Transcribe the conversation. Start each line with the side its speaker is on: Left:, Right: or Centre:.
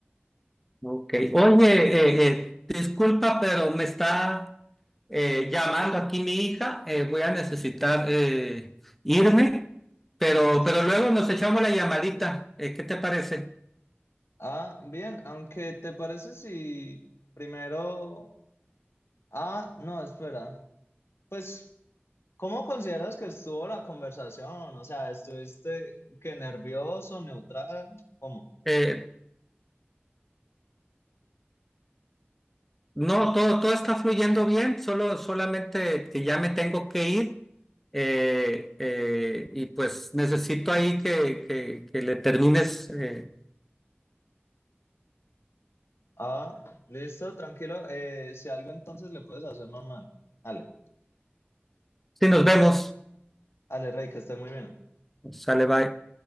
Centre: Ok. Oye, eh, eh, disculpa, pero me está eh, llamando aquí mi hija. eh, voy a necesitar eh, irme, pero,
Left: Sí.
Centre: pero luego nos echamos la llamadita. eh, ¿qué te parece?
Left: Ah, bien, aunque te parece si primero... Ah, no, espera. Pues, ¿cómo consideras que estuvo la conversación? O sea, ¿estuviste que nervioso, neutral? ¿Cómo?
Centre: Eh, no, todo, todo está fluyendo bien, solo, solamente que ya me tengo que ir eh, eh, y pues necesito ahí que, que, que le termines. eh,
Left: Ah, listo, tranquilo. Eh, si algo entonces le puedes hacer normal. Dale,
Centre: Sí, nos vemos.
Left: dale, Rey, que esté muy bien.
Centre: Sale, bye.